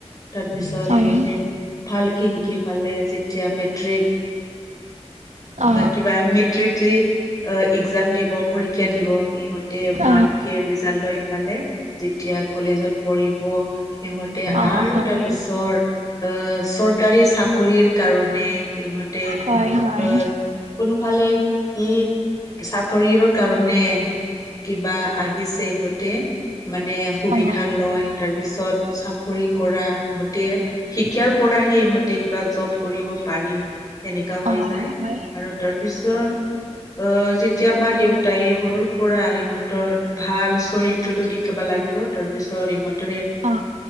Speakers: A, on the left (about 30°); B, on the right (about 85°).
A: তাৰ পিছত
B: হয়
A: সিহঁতে ভালক শিকি পালে যেতিয়া মেট্ৰিক
B: অ
A: কিবা মেট্ৰিক দি অ এক্জাম দিব পৰীক্ষা দিব।
B: হয় অ
A: ভালকে ৰিজাল্ট লৈ পালে যেতিয়া কলেজত পঢ়িব। সিহঁতে
B: অ অ
A: আৰু
B: হয়
A: তাৰ পিছত অ চৰকাৰী চাকৰিৰ কাৰণে। ইহঁতে আহ
B: হয় হয়
A: কোনোফালে কি চাকৰি। কাৰণে কিবা আহিছে ইহঁতি <unintelligible> মানে সুবিধা
B: অ
A: লয় তাৰ <unintelligible> ত পিছত চাকৰি কৰা ইহঁতে শিক্ষাৰ পৰাহে ইহঁতে কিবা জব কৰিব পাৰে এনেকা হৈ
B: অ
A: যায়
B: হয়
A: আৰু তাৰপিছত <unintelligible> অ যেতিয়া মা দেউতায়ে সৰুৰ পৰা সিহঁতৰ ভাল চৰিত্ৰটো দেখাব লাগে <unintelligible> ইহতৰে
B: অ